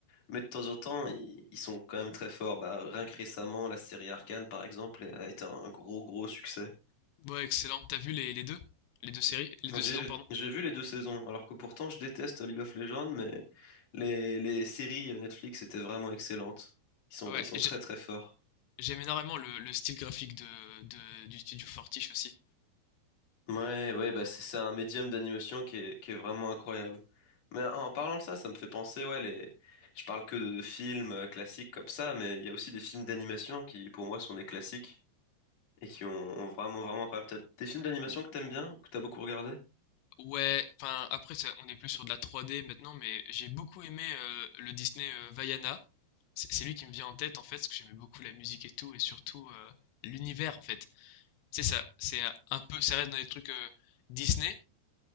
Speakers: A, on the left; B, on the left.
A: Mais de temps en temps, ils, ils sont quand même très forts. Bah, rien que récemment, la série Arcane, par exemple, a été un gros, gros succès.
B: Ouais, excellent. T'as vu les, les deux? Les deux séries? Les deux
A: J'ai,
B: saisons, pardon?
A: j'ai vu les deux saisons, alors que pourtant, je déteste League of Legends, mais les, les séries Netflix étaient vraiment excellentes. Ils sont,
B: Ouais,
A: ils sont
B: et
A: très,
B: j'ai-
A: très forts.
B: j'aime énormément le, le style graphique de, de- du studio Fortiche aussi.
A: Ouais, ouais, bah c'est c'est un médium d'animation qui est, qui est vraiment incroyable. Mais en parlant de ça, ça me fait penser, ouais, les... je parle que de, de films euh, classiques comme ça, mais il y a aussi des films d'animation qui, pour moi, sont des classiques et qui ont, ont vraiment, vraiment incroyable. T'as des films d'animation que t'aimes bien, que t'as beaucoup regardé?
B: Ouais, enfin après ça, on est plus sur de la 3D maintenant, mais j'ai beaucoup aimé euh, le Disney euh, Vaiana. C'est c'est lui qui me vient en tête en fait, parce que j'aimais beaucoup la musique et tout, et surtout euh, l'univers en fait. C'est ça, c'est un un peu, ça reste dans les trucs euh, Disney,